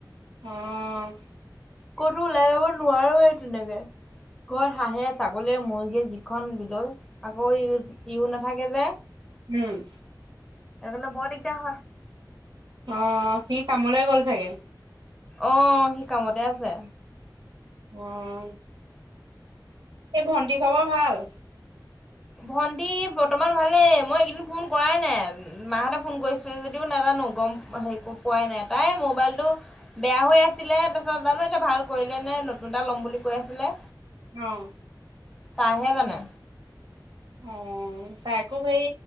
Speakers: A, on the right; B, in the centre.
A: অহ
B: ক'তো ওলাই যাব নোৱাৰো তেনেকে ঘৰত হাঁহে ছাগলীয়ে মুৰ্গীৰে যিখন বিলৈ আকৌ ই ইয়ো নাথাকে যে
A: উম
B: সেইকাৰণে বৰ দিগদাৰ হয়
A: অ সি কামলৈ গ'ল চাগে
B: অ সি কামতে আছে
A: উম সেই ভণ্টি খবৰ ভাল
B: ভন্টি বৰ্তমান ভালেই মই এইকেইদিন ফোন কৰাই নাই মাহঁতে ফোন কৰিছে যদিও নাজানো গম হেৰি পোৱাই নাই তাই মোবাইলটো বেয়া হৈ আছিলে তাৰপিছত জানো এতিয়া ভাল কৰিলে নে নতুন এটা ল'ম বুলি কৈ আছিলে
A: অহ
B: তাইহে জানে
A: অহ তাইকো সেই